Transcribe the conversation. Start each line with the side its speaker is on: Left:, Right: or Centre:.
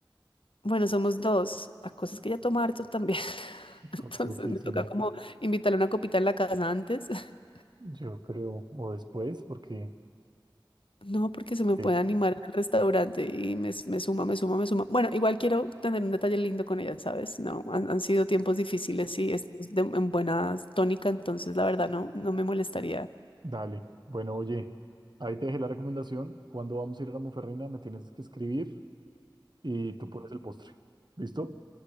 Left: Bueno, somos dos. La cosa es que ella toma harto también. <laughs> Entonces
Right: costosísimo.
Left: me toca como invitarle una copita en la casa antes. <laughs>
Right: Yo creo, o después, porque...
Left: No, porque se me
Right: sí,
Left: puede animar al restaurante y me, me suma, me suma, me suma. Bueno, igual quiero tener un detalle lindo con ella, ¿sabes? No, han, han sido tiempos difíciles y estamos de- en buena tónica, entonces la verdad no, no me molestaría.
Right: Dale. Bueno, oye, ahí te dejé la recomendación. Cuando vamos a ir a la Monferrina, me tienes que escribir y tú pones el postre. ¿Listo?